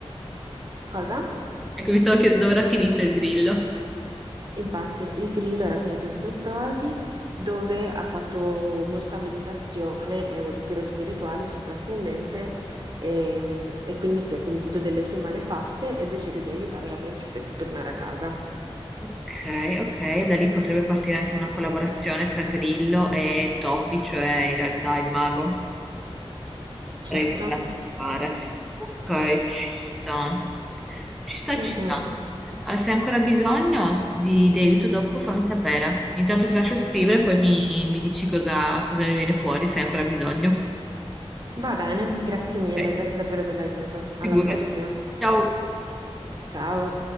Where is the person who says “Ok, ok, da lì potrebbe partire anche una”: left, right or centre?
Centre